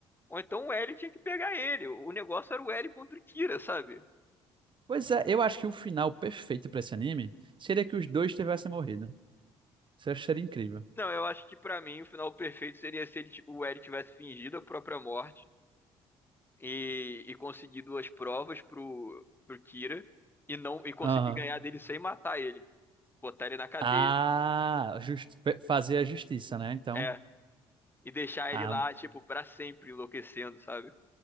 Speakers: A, on the left; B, on the right.
A: ou então o L tinha que pegar ele. O negócio era o L contra o Kira, sabe?
B: Pois é, eu acho que o final perfeito pra esse anime seria que os dois tivessem morrido. Isso eu seria incrível.
A: Não, eu acho que pra mim o final perfeito seria se ele, ti- o L tivesse fingido a própria morte e, e conseguido as provas pro, pro Kira e não e conseguir
B: Aham.
A: ganhar dele sem matar ele, botar ele na cadeia.
B: Ah, just, fe- fazer a justiça, né? Então,
A: É. e deixar
B: ah,
A: ele lá, tipo, pra sempre enlouquecendo, sabe?